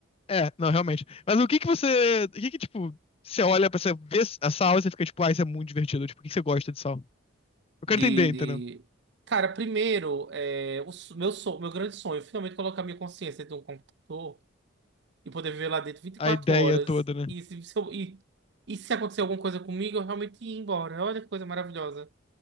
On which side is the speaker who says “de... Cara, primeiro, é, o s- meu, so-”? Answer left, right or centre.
Right